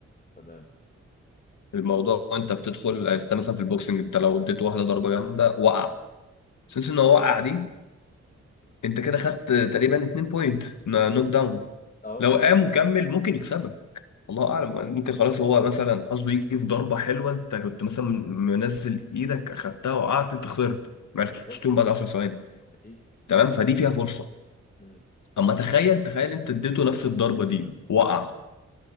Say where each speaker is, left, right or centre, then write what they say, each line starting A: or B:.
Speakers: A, on the left; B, on the left.
A: تمام
B: الموضوع انت بتدخل انت مثلا في البوكسنج انت لو اديت واحده ضربه جامده وقع سنس ان هو وقع دي انت كده خدت تقريبا 2 بوينت نوك داون
A: اه
B: لو قام وكمل ممكن يكسبك الله اعلم ممكن خلاص هو مثلا حظه يجي في ضربه حلوه انت كنت مثلا منزل ايدك اخدتها وقعت انت خسرت ما عرفتش
A: بالظبط
B: تقوم بعد 10 ثواني
A: اكيد
B: تمام فدي فيها فرصه
A: مم.
B: اما تخيل تخيل انت اديته نفس الضربه دي وقع